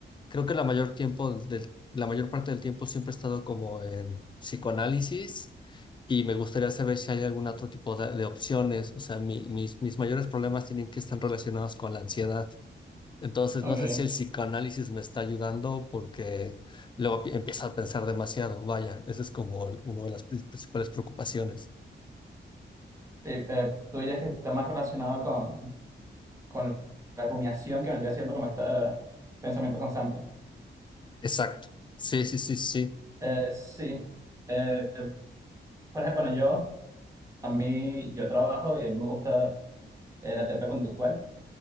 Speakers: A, on the left; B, on the right.
A: creo que la mayor tiempo del- la mayor parte del tiempo siempre he estado como en psicoanálisis y me gustaría saber si hay algún otro tipo de, de opciones. O sea, mi- mis, mis mayores problemas tienen que estar relacionados con la ansiedad. Entonces,
B: ok.
A: no sé si el psicoanálisis me está ayudando porque luego pi- empiezo a pensar demasiado. Vaya, esa es como el- una de las pri- principales preocupaciones.
B: Sí, eh, tú dirías que está más relacionado con, con la rumiación que vendría siendo como este eh, pensamiento constante.
A: Exacto. Sí, sí, sí, sí.
B: Eh, sí. Eh, por ejemplo, bueno, yo, a mí, yo trabajo y me gusta eh, la terapia conductual.